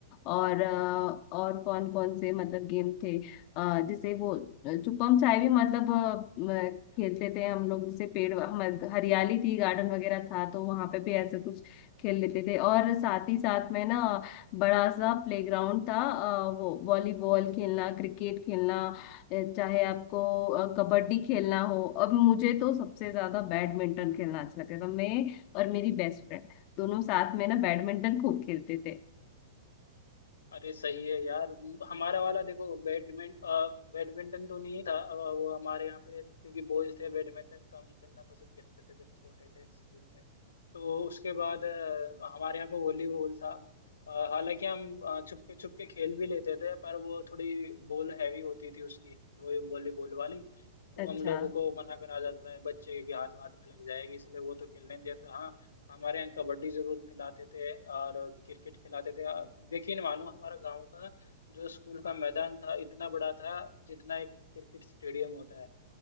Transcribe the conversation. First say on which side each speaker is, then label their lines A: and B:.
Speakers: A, on the left; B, on the left.
A: और अ, और कौन कौन से मतलब गेम थे अ, जैसे वो अ, छुपम छाई भी मतलब अ, अ, खेलते थे हम लोग जैसे पेड़ हमारे
B: था
A: हरियाली थी गार्डन वगैरह था तो वहां पे भी ऐसे कुछ खेल लेते थे और साथ ही साथ में ना बड़ा सा प्लेग्राउंड था अ, वो वॉलीबॉल खेलना क्रिकेट खेलना अ, चाहे आपको अ, कबड्डी खेलना हो अब मुझे तो सबसे ज्यादा बैडमिंटन खेलना अच्छा लगता था मैं और मेरी बेस्ट फ्रेंड दोनों साथ में ना बैडमिंटन खूब खेलते थे
B: अरे सही है यार हमारा वाला देखो बैडमिंट अ, बैडमिंटन तो नहीं था अ, वो हमारे यहाँ पे क्योंकि बॉयज थे बैडमिंटन कम ही खेलना पसंद करते थे जब छोटे थे स्कूल में तो उसके बाद अ, हमारे यहाँ पे वॉलीबॉल था अ, हालांकि हम अ, छुपके छुपके खेल भी लेते थे पर वो थोड़ी बॉल हैवी होती थी उसकी वो वॉलीबॉल वाली तो
A: अच्छा
B: हम लोगों को मना करा जाता है बच्चे के हाथ वाथ में लग जाएगी इसलिए वो तो खेलने नहीं देता हाँ हमारे यहाँ कबड्डी जरूर खिलाते थे और क्रिकेट खिलाते थे आ, यकीन मानो हमारा गांव का जो स्कूल का मैदान था इतना बड़ा था जितना एक क्रिकेट स्टेडियम होता है